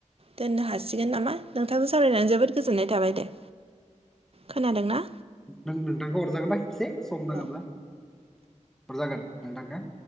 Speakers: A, on the right; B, in the centre.
A: दोननो हासिगोन नामा नोंथांजों सावरायनानै जोबोद गोजोननाय थाबाय दे खोनादोंना
B: नों नोंथांखौ हरजागोन दा खेबसे सम दङोब्ला
A: औ
B: हरजागोन नोंथांखो